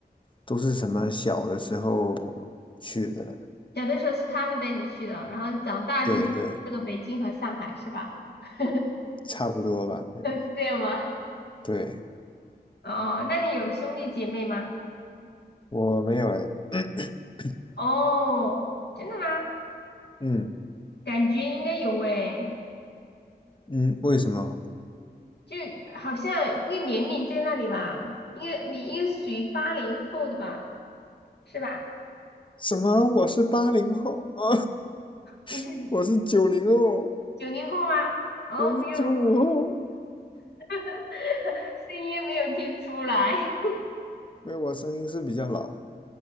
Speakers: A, on the left; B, on the left.
A: 都是什么小的时候去的了。
B: 小的时候是他们带你去的，然后长大就去了北京和上海，
A: 对对，
B: 是吧？<laughs>
A: 差不多吧。嗯
B: 是这样吗？
A: 对，
B: 哦，那你有兄弟姐妹吗？
A: 我没有哎。<coughs>
B: 哦，真的吗？
A: 嗯
B: 感觉应该有诶，
A: 嗯，为什么？
B: 就好像应该年龄在那里吧，应该你应该属于八零后的吧，是吧？
A: 什么？我是八零后啊，
B: 你是有
A: <laughs> 我是九零后，
B: 九零后吗？哦，
A: 我是九五后。
B: 没有，<laughs> 声音没有听出来，
A: 没有，我声音是比较老。